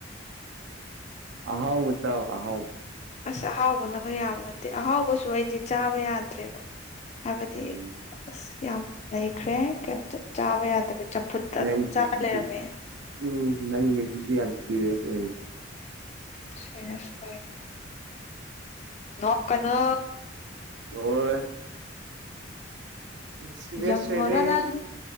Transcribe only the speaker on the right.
ꯍꯥꯎ ꯆꯥꯎ ꯍꯥꯎ
ꯎꯝ
ꯅꯪꯒꯤꯗꯨꯗꯤ
ꯎꯝ ꯅꯪꯦꯁꯤ ꯌꯥꯝ ꯁꯤꯔꯦꯁ
ꯍ ꯁꯤꯋꯦ
ꯁꯋꯦꯔꯦ